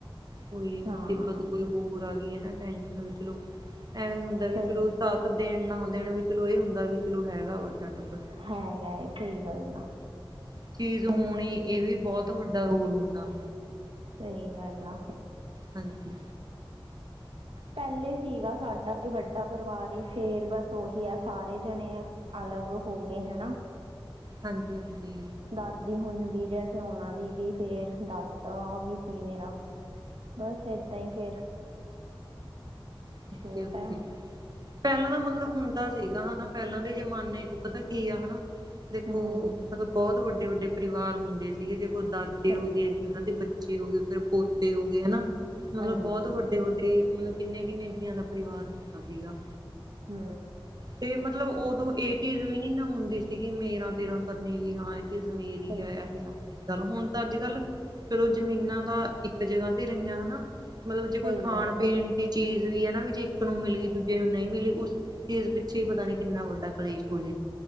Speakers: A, on the right; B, on the right.
A: ਕੋਈ ਮੁਸੀਬਤ
B: ਹਾਂ
A: ਕੋਈ ਹੋਰ ਆ ਗਈ ਹੈ ਨਾ ਟਾਈ ਵੀ ਚਲੋ ਐਵੇਂ ਹੁੰਦਾ ਵੀ
B: ਸਹੀ
A: ਚਲੋ ਸਾਥ ਦੇਣ ਨਾ ਦੇਣ ਵੀ ਚਲੋ ਇਹ ਹੁੰਦਾ ਵੀ ਚਲੋ ਹੈਗਾ ਵੱਡਾ ਟੱਬ
B: ਹੈਗਾ ਇਹ ਸਹੀ ਗੱਲ ਆ।
A: ਚੀਜ਼ ਹੋਣੀ ਇਹ ਵੀ ਬਹੁਤ ਵੱਡਾ ਰੋਲ ਹੁੰਦਾ।
B: ਸਹੀ ਗੱਲ ਆ।
A: ਹਾਂਜੀ
B: ਪਹਿਲੇ ਸੀਗਾ ਸਾਡਾ ਵੱਡਾ ਪਰਿਵਾਰ ਹੀ ਫੇਰ ਬਸ ਉਹੀ ਆ ਸਾਰੇ ਜਣੇ ਅਲੱਗ ਹੋ ਗਏ ਹਨਾ।
A: ਹਾਂਜੀ-ਹਾਂਜੀ
B: ਦਾਦੀ ਹੁਣ ਵੀ ਜੈ ਸੇ ਉਹਨਾ ਦੀ ਵੀ ਫੇਰ ਦਾਦਾ ਵੀ ਸੀ ਮੇਰਾ। ਬਸ ਏਦਾਂ ਹੀ ਫੇਰ।
A: ਓਕੇ-ਓਕੇ।
B: ਛੋਟਾ ਉਹ।
A: ਪਹਿਲਾਂ ਦਾ ਮਤਲਬ ਹੁੰਦਾ ਸੀਗਾ ਹਨਾ, ਪਹਿਲਾਂ ਦੇ ਜ਼ਮਾਨੇ ਚ ਪਤਾ ਕੀ ਆ ਹਨਾ। ਦੇਖੋ
B: ਹਮ
A: ਮਤਲਬ ਬਹੁਤ ਵੱਡੇ-ਵੱਡੇ ਪਰਿਵਾਰ ਹੁੰਦੇ ਸੀਗੇ, ਦੇਖੋ ਦਾਦੇ
B: ਸਹੀ
A: ਹੋ ਗਏ
B: ਗੱਲ
A: ਅੱਗੇ ਉਹਨਾਂ
B: ਆ
A: ਦੇ ਬੱ ਚੇ ਹੋ ਗਏ ਫਿਰ ਪੋਤੇ ਹੋ ਗਏ ਹਨਾ ਮਤਲਬ
B: ਹਾਂਜੀ
A: ਬਹੁਤ ਵੱਡੇ-ਵੱਡੇ ਮਤਲਬ ਕਿੰਨੇ-ਕਿੰਨੇ <unintelligible> ਦਾ ਪਰਿਵਾਰ ਹੁੰਦਾ ਸੀਗਾ।
B: ਹੁ।
A: ਤੇ ਮਤਲਬ ਉਦੋਂ ਇਹ ਚੀਜ਼ ਵੀ ਨੀ ਨਾ ਹੁੰਦੀ ਸੀਗੀ ਮੇਰਾ ਤੇਰਾ। ਕਰਨੀ ਵੀ ਹਾਂ ਇਹ ਚੀਜ਼ ਮੇਰੀ
B: ਸਹੀ
A: ਐ
B: ਗੱਲ
A: ਇਹ ਚੀਜ਼
B: ਆ
A: ਚੱਲ ਹੁਣ ਤਾਂ ਅੱਜ ਕੱਲ ਫਿਰ ਉਹ ਜ਼ਮੀਨਾਂ ਦਾ ਇੱਕ ਜਗ੍ਹਾ ਤੇ ਰਹੀਆਂ ਹਨਾ ਮਤਲਬ ਜੇ ਕੋਈ
B: ਸਹੀ
A: ਖਾਣ
B: ਗੱਲ
A: ਪੀਣ
B: ਆ
A: ਦੀ ਚੀਜ਼ ਵੀ ਹੈ ਨਾ ਵੀ ਜੇ ਇੱਕ ਨੂੰ ਮਿਲ ਗਈ ਦੂਜੇ ਨੂੰ ਨਹੀਂ ਮਿਲੀ ਉਸ ਚੀਜ਼ ਪਿੱ ਛੇ ਪਤਾ ਨੀ ਕਿੰਨਾ ਵੱਡਾ ਕਲੇਸ਼ ਹੋ ਜੇ।